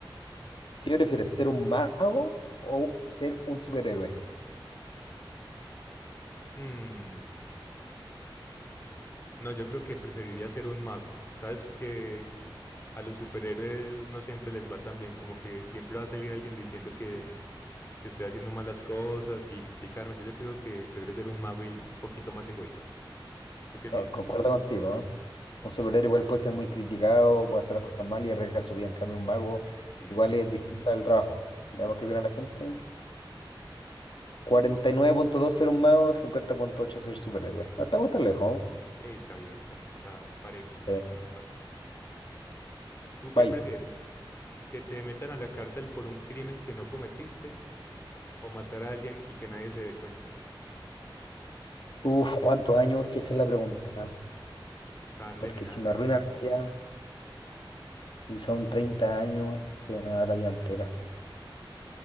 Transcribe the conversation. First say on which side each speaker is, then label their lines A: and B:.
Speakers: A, on the left (about 65°); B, on the left (about 30°).
A: ¿Qué prefieres, ser un mago o ser un superhéroe?
B: Hmm, No, yo creo que preferiría ser un mago. Sabes que a los superhéroes no siempre les va tan bien, como que siempre va a salir alguien diciendo que, que estoy haciendo malas cosas y criticarme. Entonces yo creo que prefiero ser un mago y un poquito más egoísta. ¿Tú qué
A: Co-
B: piensas?
A: concuerdo contigo, ¿no? Un superhéroe igual puede ser muy criticado, puede hacer las cosas mal y arriesga su vida. En cambio, un mago
B: Sí,
A: igual
B: sí.
A: es distinta al trabajo. Veamos qué opina la gente. Cuarenta y nueve punto dos ser un mago, cincuenta punto ocho ser superhéroe. No estamos tan lejos, ¿no?
B: Que está bien, está- están parejo,
A: Sí.
B: están empatados. ¿Tú qué
A: Bye.
B: prefieres? ¿Que te metan a la cárcel por un crimen que no cometiste o matar a alguien y que nadie se dé cuenta?
A: Uf, ¿cuántos años? Es que esa es la pregunta.
B: Está envenenada
A: Porque si
B: esa
A: me arruina
B: pregunta.
A: la vida, si son 30 años, se me va la vida entera.